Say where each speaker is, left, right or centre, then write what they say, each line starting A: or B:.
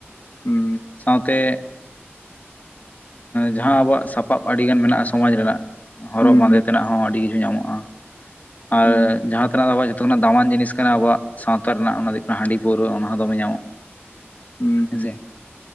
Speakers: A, on the left; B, on the left.
A: ᱦᱩᱸ
B: ᱥᱟᱶᱛᱮ ᱡᱟᱦᱟᱸ ᱟᱵᱚᱣᱟᱜ ᱥᱟᱯᱟᱵ ᱟᱹᱰᱤ ᱜᱟᱱ ᱢᱮᱱᱟᱜᱼᱟ ᱥᱚᱢᱟᱡ ᱨᱮᱱᱟᱜ ᱦᱚᱨᱚᱜ
A: ᱦᱩᱸ
B: ᱵᱟᱸᱫᱮ ᱛᱮᱱᱟᱜ ᱦᱚᱸ ᱟᱹᱰᱤ ᱠᱤᱪᱷᱩ ᱧᱟᱢᱚᱜᱼᱟ ᱟᱞ
A: ᱦᱩᱸ
B: ᱡᱟᱦᱟᱸᱛᱤᱱᱟᱹ ᱫᱚᱵ ᱛᱚ ᱚᱱᱟ ᱫᱟᱢᱟᱱ ᱡᱤᱱᱤᱥ ᱠᱟᱱᱟ ᱟᱵᱚᱣᱟᱜ ᱥᱟᱶᱛᱟ ᱨᱮᱱᱟᱜ ᱚᱱᱟ ᱫᱚ ᱦᱩᱭᱩᱜ ᱠᱟᱱᱟ ᱦᱟᱺᱰᱤ ᱯᱟᱹᱣᱨᱟᱹ ᱚᱱᱟ ᱦᱚᱸ ᱫᱚᱢᱮ ᱧᱟᱢᱚᱜᱼᱟ
A: ᱦᱩᱸ
B: ᱦᱮᱸᱥᱮ
A: ᱦᱩᱸ